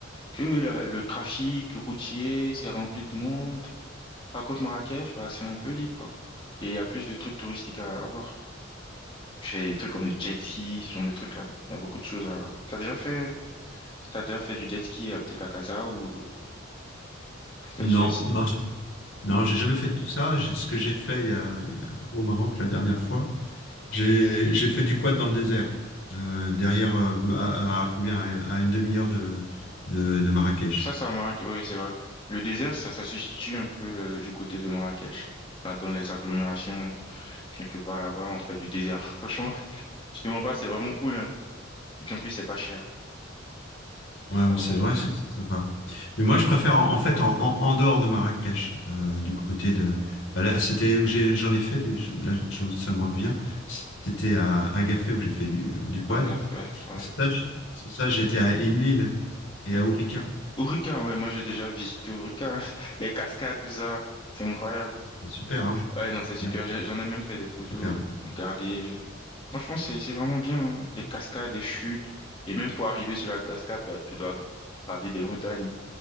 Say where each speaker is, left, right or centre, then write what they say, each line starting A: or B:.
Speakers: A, on the left (about 25°); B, on the left (about 70°).
A: Que la- le trafic routier, c'est rempli de monde. Par contre, Marrakech, bah, c'est un peu libre, quoi. Et il y a plus de trucs touristiques à, à voir. Tu fais des trucs comme du jet ski, ce genre de trucs-là. Il y a beaucoup de choses à... T'as déjà fait T'as déjà fait du jet ski euh, peut-être à Casa ou euh, que t'as
B: Non,
A: déjà essayé?
B: non, j'ai- non,
A: Mhm.
B: j'ai jamais fait tout ça. J'ai- Ce que j'ai fait il y a- il y a- au Maroc la dernière fois, j'ai, j'ai fait du quad dans le désert, euh, derrière, euh, à, à- à combien, à une demi-heure de, de, de Marrakech.
A: Ça, ça Marrakech, oui, c'est vrai. Le désert, ça, ça se situe un peu euh, du côté de Marrakech. Là, dans les agglomérations, quelque part là-bas, on fait du désert. <laughs> Franchement, je te mens pas, c'est vraiment cool, hein. Et puis en plus, c'est pas cher.
B: Ouais,
A: C'est
B: mais
A: vraiment
B: c'est
A: pas
B: vrai,
A: cher.
B: c'est c'est sympa. Mais moi, je préfère en, en fait en, en- en dehors de Marrakech, euh, du côté de. bah Là, c'était où j'ai, j'en ai fait du. je- Là, je- ça me revient. C'était à Agafay où j'ai fait du, euh, du quad.
A: Un café, ouais.
B: Et c'est ça, je- c'est ça, j'étais à Imlil et
A: Et
B: à Ourika.
A: puis, Ourika, ouais, moi j'ai déjà visité Ourika. <laughs> Les cascades, tout ça, c'est incroyable.
B: C'est super, hein?
A: Ouais, non, c'est super.
B: Ouais,
A: J'ai- J'en ai même fait des photos.
B: c'est super.
A: Regardez. euh. Franchement, c'est c'est vraiment bien. hein. Les cascades, les chutes. Et même pour arriver sur la cascade, bah, tu dois braver des montagnes.